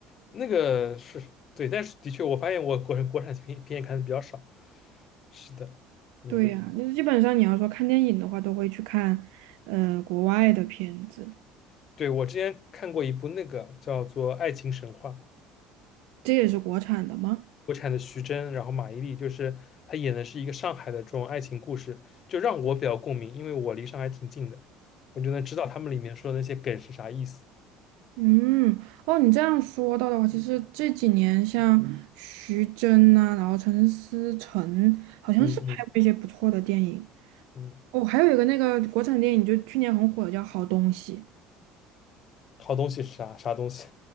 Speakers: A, on the left (about 35°); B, on the right (about 90°).
A: 那个是对，但是的确我发现我国人国产片片也看的比较少。是的，嗯。
B: 对呀，那基本上你要说看电影的话，都会去看呃国外的片子，
A: 对，我之前看过一部那个叫做《爱情神话》，
B: 这也是国产的吗？
A: 国产的徐峥，然后马伊琍，就是她演的是一个上海的这种爱情故事，就让我比较共鸣，因为我离上海挺近的，我就能知道他们里面说的那些梗是啥意思。
B: 嗯，哦，你这样说到的话，其实这几年像嗯徐峥呐、然后陈思诚，好像是拍过一些不错的电影。
A: 嗯嗯嗯，
B: 哦，还有一个那个国产电影，就去年很火的叫《好东西》，
A: 好东西是啥啥东西？